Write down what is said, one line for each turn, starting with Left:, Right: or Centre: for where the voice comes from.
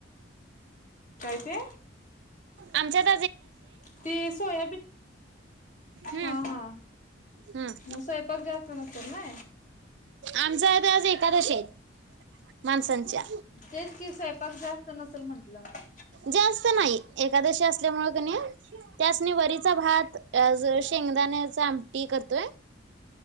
Left: काय ते?
Right: आमच्यात
Left: ते सोयाबीन.
Right: हम्
Left: हा हा
Right: हम
Left: मग स्वयंपाक जास्त नसेल ना
Right: आमच आता आज एकादशी आहेत. मानसं न त्या
Left: तेच की स्वयंपाक जास्त नसेल म्हंटलं.
Right: जास्त नाही एकादशी असल्यामुंळकणी त्यासनी वरीचा भात <unintelligible> शेंगदाण्याचा आमटी करतोय.